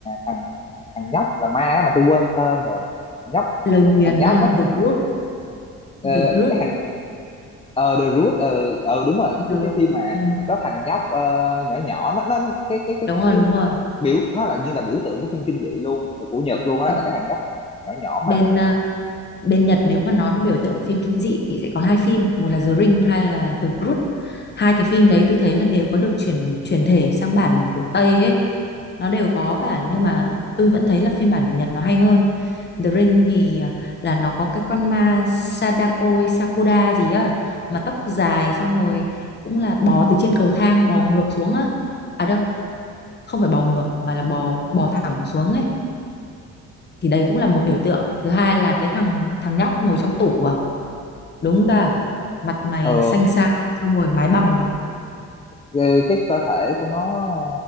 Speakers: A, on the left (about 20°); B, on the left (about 35°).
A: thằng thằng nhóc là ma á, mà tôi quên tên rồi nhóc
B: Lời nguyền
A: thằng nhóc
B: ờ,
A: á
B: The Group,
A: ờ,
B: The Group,
A: cái thằng ờ The Root ờ ờ, đúng rồi
B: The
A: cái cái phim mà
B: ừ,
A: có thằng nhóc ờ, nhỏ nhỏ nó nó cái cái cái
B: đúng rồi
A: cái
B: đúng rồi.
A: biểu nó là như là biểu tượng của phim kinh dị luôn ờ, của Nhật luôn á
B: Đúng.
A: là cái thằng nhóc nhỏ nhỏ
B: Bên
A: ma
B: ờ, bên Nhật nếu mà nói về biểu tượng phim kinh dị thì sẽ có hai phim, một là The Ring hai là The Group. Hai cái phim đấy tôi thấy là đều có được chuyển chuyển thể sang bản của Tây ấy. nó đều có cả nhưng mà tôi vẫn thấy là phiên bản của Nhật nó hay hơn The Ring thì à, là nó có cái con ma Sadako hay Sakura gì á mà tóc dài xong rồi cũng là bò từ trên cầu thang bò ngược xuống á à đâu không phải bò ngược mà là bò bò thẳng xuống ấy thì đấy cũng là một biểu tượng thứ hai là cái thằng thằng nhóc ngồi trong tủ à đúng ta mặt mày
A: ờ
B: xanh xao xong rồi mái bằng
A: ờ, cái cơ thể của nó ờ,